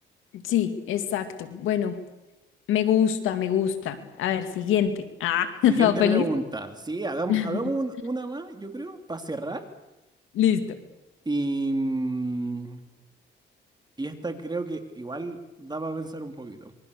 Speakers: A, on the left; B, on the right.
A: sí, exacto. Bueno, Me gusta, me gusta. A ver, siguiente. Ah, <laughs>
B: Siguiente
A: ¿estaba feliz?
B: pregunta. Sí, hagamos,
A: <laughs>
B: hagamos un- una más, yo creo, para cerrar.
A: Listo.
B: Y, mm, Y esta creo que igual da para pensar un poquito.